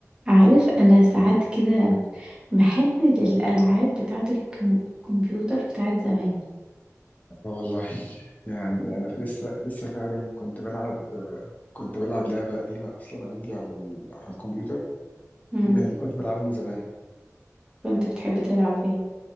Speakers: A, on the right; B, on the left.
A: عارف أنا ساعات كده باحن للألعاب بتاعة الكم الكمبيوتر بتاعة زمان.
B: اه والله يعني انا لسه لسه فعلا كنت بلعب كنت بلعب لعبه قديمه اصلا عندي على ال- على الكمبيوتر
A: إمم،
B: من اللي كنت بلعبهم زمان
A: كنت بتحب تلعب إيه؟